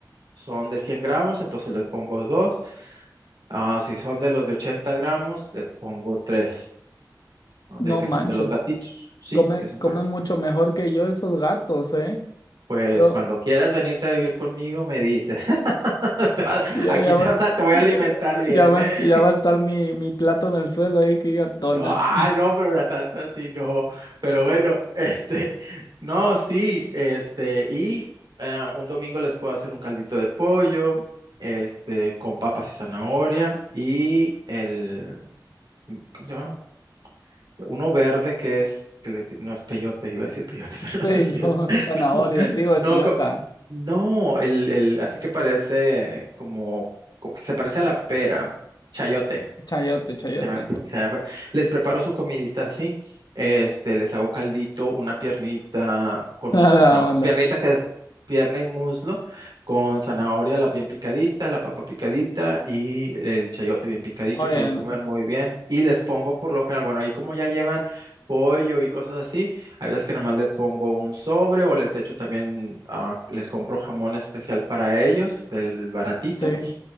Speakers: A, on the right; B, on the left.
A: Son de 100 gramos, entonces les pongo dos Ah, si son de los de 80 gramos, le pongo 3,
B: No
A: de que
B: manches.
A: son de los gatitos, sí,
B: Come,
A: que son
B: come
A: para...
B: mucho mejor que yo esos gatos, ¿eh?
A: Pues
B: Yo,
A: cuando quieras venirte a vivir conmigo, me dices. <laughs> Te va-
B: ya,
A: Aquí
B: ya
A: te
B: va,
A: vas a- te voy
B: ya,
A: a alimentar bien,
B: ya va,
A: ¿eh?
B: ya
A: <laughs>
B: va a estar mi, mi plato en el suelo ahí que diga tona.
A: No, ah, no, pero la tanta sí, no. Pero bueno, <laughs> este, no, sí, este, y eh, un domingo les puedo hacer un caldito de pollo, este, con papas y zanahoria, y el, ¿cómo se llama? Uno verde que es, que le dic- no es peyote, iba a decir peyote, <laughs> pero
B: Pe-
A: no es peyote.
B: yo, <laughs> zanahoria,
A: No,
B: digo espinaca,
A: no, co- no, el, el, así que parece como, como que se parece a la pera, chayote.
B: chayote, chayote.
A: Se me fue, se me fue. Les preparo su comidita así, este, les hago caldito, una piernita con
B: <laughs>
A: un,
B: A la
A: o sea,
B: onda.
A: piernita que es pierna y muslo, con zanahoria la bien picadita, la papa picadita y el chayote bien picadito
B: Oye,
A: y se lo comen muy bien. Y les pongo por lo general, bueno, ahí como ya llevan pollo y cosas así, hay veces que nada más le pongo un sobre o les echo también, ah, les compro jamón especial para ellos, del baratito
B: sí,